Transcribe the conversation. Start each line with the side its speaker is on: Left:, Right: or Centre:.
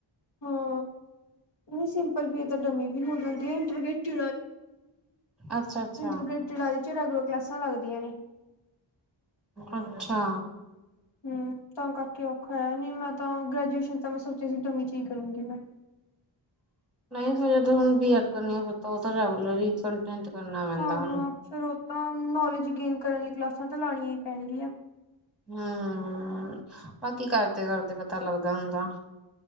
Left: ਹਾਂ ਨਹੀਂ ਸਿੰਪਲ ਵੀ ਤਾਂ ਡਮੀ ਵੀ ਹੋ ਜਾਂਦੀ ਆ ਇੰਟਰਟ ਚੀ
Centre: ਅੱਛਾ ਅੱਛਾ
Left: ਇੰਟਰ ਰੇਲੀ ਚ ਰੈਗੂਲਰ ਕਲਾਸਾਂ ਲੱਗਦੀਆਂ ਨੇ।
Centre: ਅੱਛਾ।
Left: ਹਮ। ਤਾਂ ਕਰਕੇ ਔਖਾ ਆ ਨਹੀਂ ਮੈਂ ਤਾਂ ਗ੍ਰੈਜੂਏਸ਼ਨ ਤਾਂ ਮੈਂ ਸੋਚਿਆ ਸੀ ਡਵੀ ਚੀਜ਼ ਕਰੂੰਗੀ ਮੈਂ।
Centre: ਨਹੀਂ ਸ ਹੁਣ ਬੀ ਐਡ ਕਰਨੀ ਆ ਪਤਾ ਉਹ ਤਾਂ ਰੈਗੂਲਰ ਹੀ। ਕੰਟੈਂਟ ਕਰਨਾ ਪੈਂਦਾ
Left: ਹਾਂ
Centre: ਉਹਨੂੰ
Left: ਹਾਂ ਫਿਰ ਉਹ ਤਾਂ ਨੌਲੇਜ ਗੇਨ ਕਰਨ ਲਈ ਕਲਾਸਾਂ ਤਾਂ ਲਾਣੀਆਂ ਹੀ ਪੈਣਗੀਆਂ।
Centre: ਹਮ ਬਾਕੀ ਕਰਦੇ ਕਰਦੇ ਪਤਾ ਲੱਗਦਾ ਹੁੰਦਾ।